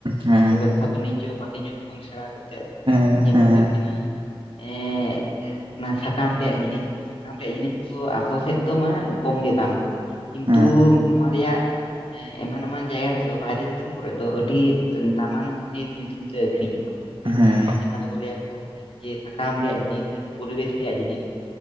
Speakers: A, on the right; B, on the left.
A: ᱦᱮᱸ
B: ᱡᱟᱦᱟᱸ ᱫᱚ ᱵᱮᱵᱽᱥᱟ ᱵᱟᱱᱤᱡᱚ ᱵᱷᱟᱜᱮ ᱧᱚᱜ ᱵᱚᱱ ᱥᱮᱬᱟ ᱠᱟᱛᱮᱫ,
A: ᱦᱮᱸ
B: ᱡᱮᱢᱚᱱ
A: ᱦᱮᱸ
B: ᱦᱩᱭᱩᱜ ᱠᱟᱱᱟ ᱮᱸ ᱚᱱᱟ ᱥᱟᱠᱟᱢ ᱨᱮᱭᱟᱜ ᱡᱤᱱᱤᱥ ᱠᱚ, ᱥᱟᱠᱟᱢ ᱨᱮᱭᱟᱜ ᱡᱤᱱᱤᱥ ᱠᱚ ᱟᱵᱚ ᱥᱮᱫ ᱫᱚ ᱢᱟ ᱠᱚᱢᱜᱮ ᱫᱟᱢᱟ᱾ ᱠᱤᱱᱛᱩ
A: ᱦᱮᱸ
B: ᱱᱚᱣᱟ ᱨᱮᱭᱟᱜ ᱮᱢᱟᱱ ᱮᱢᱟᱱ ᱡᱟᱭᱜᱟ ᱠᱚᱫᱚ ᱵᱟᱭᱨᱮ ᱫᱤᱥᱚᱢ ᱠᱚᱨᱮᱫ ᱫᱚ ᱟᱹᱰᱤ ᱫᱟᱢᱟᱱ ᱡᱤᱱᱤᱥ ᱧᱩᱛᱩᱢ ᱛᱮ ᱟᱹᱠᱷᱤᱧ-ᱟ᱾
A: ᱦᱮᱸ
B: ᱢᱟᱱᱮ ᱡᱟᱦᱟᱸ ᱫᱚᱠᱚ ᱞᱟᱹᱭᱟ ᱠᱚ, ᱡᱮ ᱥᱟᱠᱟᱢ ᱨᱮᱭᱟᱜ ᱡᱤᱱᱤᱥ ᱯᱚᱨᱤᱵᱮᱥ ᱨᱮᱭᱟᱜ ᱡᱤᱱᱤᱥ᱾